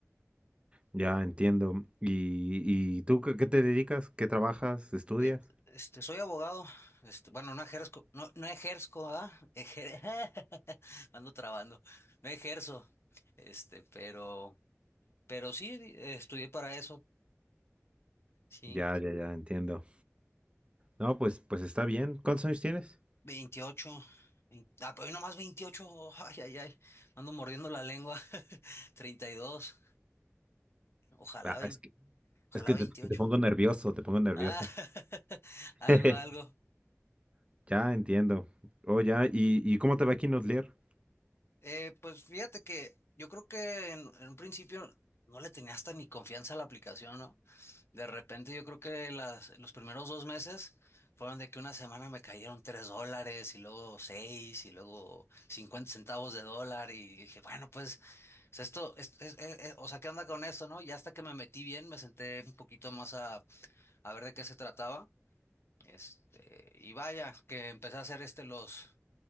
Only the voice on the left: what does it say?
eh, este, soy abogado, este, bueno, no ejerzo, no, no ejerzo, ¿ah? Ejer- <laughs> Ando trabando, no ejerzo, este, pero, pero sí, di- eh, estudié para eso, sí,
28 vein- ah, pero hoy nomás 28 ay, ay, ay, ando mordiendo la lengua, <laughs> 32 Ojalá,
vein-
ojalá
28.
Ah, <laughs> algo,
algo.
Eh, pues fíjate que yo creo que en, en un principio no le tenía hasta ni confianza a la aplicación, ¿no? De repente yo creo que las, los primeros dos meses fueron de que una semana me cayeron tres dólares y luego seis y luego 50 centavos de dólar y dije, bueno, pues es esto, es- es- es- es- o sea, ¿qué onda con esto, no? Y hasta que me metí bien, me senté un poquito más a, a ver de qué se trataba. Este, y vaya, que empecé a hacer este los,